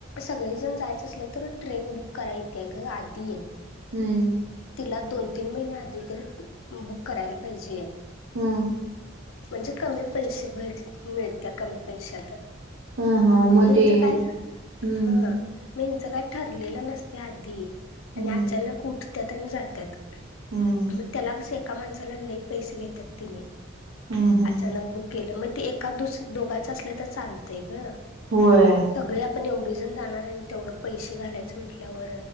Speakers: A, on the left (about 85°); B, on the right (about 80°).
A: सगळे जण जायचं असल तर ट्रेन बुक कराय येती गं. आधी
B: हम्म हम्म
A: तिला दोन तीन महिन्या आधी तर बुक करायला पाहिजेय.
B: हम्म
A: म्हणजे कमी पैसे भेट मिळत्या कमी पैशा तर
B: हा हा मग
A: मेंलच
B: ते
A: काय हा
B: हम्म
A: मेल. ते काय ठरलेलं नसतय आधी आणि
B: हम्म
A: अचानक उठत्यात आणि जात्यात.
B: हम्म
A: मग त्याला कसं एका माणसाला लय पैसे घेतात ते.
B: हम्म हम्म
A: अचानक बुक केलं मग ते एका दुस दोघाच असल तर चालतय ग.
B: होय
A: सगळे आपण एवढी जण जाणार आणि तेवढं पैसे घालायचं म्हटल्यावर